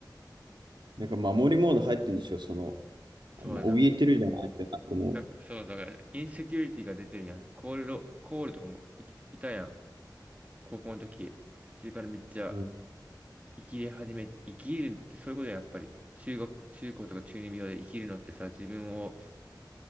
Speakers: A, on the right (about 85°); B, on the right (about 20°).
A: なんか守りモード入ってんでしょ、その、
B: そうだ、
A: あの怯えてるじゃないって、
B: だ
A: なんかも
B: だそうだから、インセキュリティが出てるやん。コールド、コールとかもい、いたやん。高校の時。途中からめっちゃ
A: ううん、
B: 生きり始め、生きるってそういうことや、やっぱり。中学、中高とか中二病で生きるのってさ、自分を